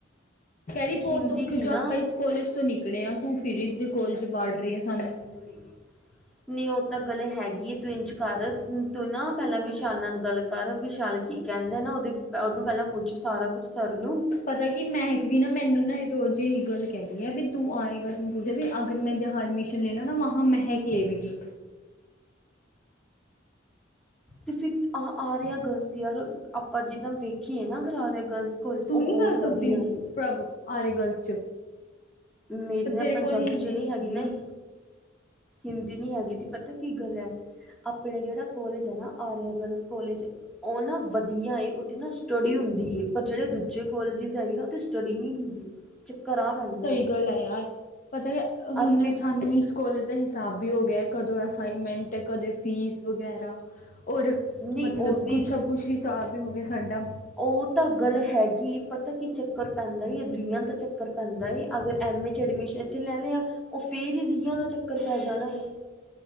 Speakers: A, on the left (about 40°); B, in the centre.
A: ਕਹਿ ਰੀ ਬਹੁਤ
B: ਹਿੰਦੀ
A: ਔਖੇ
B: ਕੀ ਨਾ
A: ਜੋ ਆਪਾਂ ਇਸ ਕੋਲਜ ਤੋਂ ਨਿਕਲੇ ਆ ਤੂੰ ਫਿਰ ਏਦੀ ਕੋਲਜ ਵਾੜ ਰਹੀ ਐ ਸਾਨੂੰ।
B: <inaudible> ਨਹੀਂ ਉਹ ਤਾਂ ਗੱਲ ਹੈਗੀ ਐ ਤੂੰ ਇੰਜ ਕਰ ਤੂੰ ਨਾ ਪੈਲਾਂ ਵਿਸ਼ਾਲ ਨਾਲ ਗੱਲ ਕਰ ਵਿਸ਼ਾਲ ਕੀ ਕਹਿੰਦਾ ਨਾ ਉਹਦੀ ਉਹਨੂੰ ਪੈਲਾਂ ਪੁੱਛ ਸਾਰਾ ਕੁਛ <unintelligible>
A: ਪਤਾ ਕੀ ਮਹਿਕ ਵੀ ਨਾ ਮੈਨੂੰ ਨਾ ਰੋਜ ਇਹੀ ਗੱਲ ਕਹਿ ਰਹੀ ਆ ਵੀ ਤੂੰ ਆਏਗਾ ਤੂੰ। ਵੀ ਅਗਰ ਮੈਂ ਜਹਾ ਐਡਮੀਿਸ਼ਨ ਲੈਣਾ ਨਾ ਵਹਾ ਮਹਿਕ ਲਵੇਗੀ।
B: ਤੇ ਫਿਰ ਆਹ ਆਰਿਆ ਗਰਲਸ ਯਾਰ ਆਪਾਂ ਜਿੱਦਾਂ ਵੇਖੀਏ ਨਾ ਅਗਰ ਆਰਿਆ ਗਰਲਸ। ਕੋਲ
A: ਤੂੰ
B: ਉਹ
A: ਨੀ
B: ਬਹੁਤ
A: ਕਰ ਸਕਦੀ
B: ਵਧੀਆ ਏ
A: ਪ੍ਰਭ ਆਰਿਆ ਗਰਲਸ 'ਚ।
B: ਮੇਰੀ
A: ਪਰ
B: ਨਾ
A: ਤੇਰੇ
B: ਪੰਜਾਬੀ
A: ਕੋਲ ਹਿੰਦੀ
B: ਚੋਂ ਨਹੀਂ ਹੈਗੀ
A: ਸੀ
B: ਨਾ ਹੀ ਹਿੰਦੀ ਨੀ ਹੈਗੀ ਸੀ ਪਤਾ ਕੀ ਗੱਲ ਐ ਆਪਣੇ ਜਿਹੜਾ ਕੋਲੇਜ ਐ ਨਾ ਆਰੀਆ ਗਰਲ ਕੋਲਜ। ਉਹ ਨਾ ਵਧੀਆ ਉਥੇ ਨਾ ਸਟੱਡੀ ਹੁੰਦੀ ਪਰ ਜਿਹੜੇ ਦੂਜੇ ਕੋਲਜ ਹੈਗੇ ਨਾ। ਸਟੱਡੀ ਨੀ ਹੁੰਦੀ। ਚੱਕਰ ਆ ਪੈਂਦਾ।
A: ਸਹੀ
B: ਏ
A: ਗੱਲ ਆ ਯਾਰ ਪਤਾ ਹੁਣ
B: ਔਰ ਫਿਰ
A: ਸਾਨੂੰ ਇਸ ਕੋਲਜ ਦਾ ਹਿਸਾਬ ਵੀ ਹੋ ਗਿਆ ਕਦੋਂ ਅਸਾਈਨਮੈਂਟ ਕਦੇ ਫੀਸ ਵਗੈਰਾ ਔਰ
B: ਨਹੀਂ
A: ਮਤਲਬ
B: ਉਹ ਵੀ
A: ਕੁਛ ਸਭ ਕੁਛ ਹਿਸਾਬ ਵੀ ਹੋ ਗਿਆ ਸਾਡਾ
B: ਉਹ ਤਾਂ ਗੱਲ ਹੈਗੀ ਪਤਾ ਕੀ ਚੱਕਰ ਪੈਂਦਾ ਏ ਰੀਆਂ ਦਾ ਚੱਕਰ ਪੈਂਦਾ ਏ। ਅਗਰ ਐਮਏ 'ਚ ਐਡਮਿਸ਼ਨ ਇੱਥੇ ਲੈਣ ਆ ਉਹ ਫਿਰ ਹੀ ਰੀਆਂ ਦਾ ਚੱਕਰ ਪੈ ਜਾਣਾ ਏ।